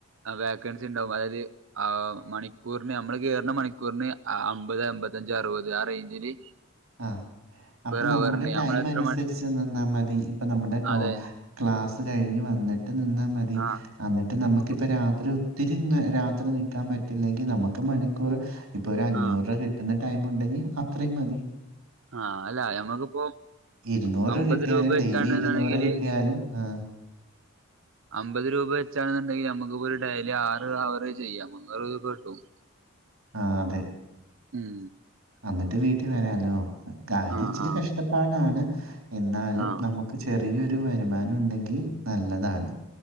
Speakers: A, on the right (about 60°); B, on the right (about 80°).
A: വേക്കൻസി ഉണ്ടാവും അതായത് ആഹ് മണിക്കൂറിന് നമ്മള് കേറുന്ന മണിക്കൂറിന് അമ്പത് അമ്പത്തഞ്ച് അറുപത് ആ റേഞ്ചില്
B: ആഹ് അപ്പൊ
A: പെർ
B: നമ്മുടെ
A: അവറിന്
B: ടൈം
A: നമ്മള് എത്ര
B: അനുസരിച്ച്ന്നാ
A: മണി
B: മതി ഇപ്പൊ നമ്മുടെ കോ
A: അതെ
B: ക്ലാസ് കഴിഞ്ഞ് വന്നിട്ട് നിന്നാ മതി
A: ആഹ്
B: എന്നിട്ട് നമുക്കിപ്പരാ
A: നമുക്ക്
B: ഒത്തിരി ന്ന് രാത്രി നി ൽക്കാൻ പറ്റില്ലെങ്കിൽ നമുക്ക് മണിക്കൂർ ഇപ്പൊ ഒരു അഞ്ഞൂറ്
A: ആഹ്
B: കി കിട്ടുന്ന ടൈം ഉണ്ടെങ്കിൽ അത്രയും മതി
A: ആഹ് അല്ല നമ്മക്കിപ്പോ
B: ഇരുന്നൂറ്
A: അമ്പത്
B: കിട്ടിയാലും
A: രൂപ വെച്ചാണെന്നുണ്ടെങ്കില്
B: ഡെയിലി ഇരുന്നൂറ് കിട്ടിയാലും ആഹ്
A: അമ്പത് രൂപ വെച്ചാണെന്നുണ്ടെങ്കിൽ നമുക്ക് പോയി ഡെയിലി ആറ് അവറ് ചെയ്യാം. മുന്നൂറ് രൂപ കിട്ടും.
B: ആഹ് അതെ
A: ഉം
B: അന്നിട്ട് വീട്ടിൽ വരാലോ കാര്യ
A: ആഹ്
B: ഇച്ചിരി
A: ആഹ്
B: കഷ്ടപ്പാടാണ് എന്നാലും
A: ആഹ്
B: നമുക്ക് ചെറിയൊരു വരുമാനം ഉണ്ടെങ്കിൽ നല്ലതാണ്.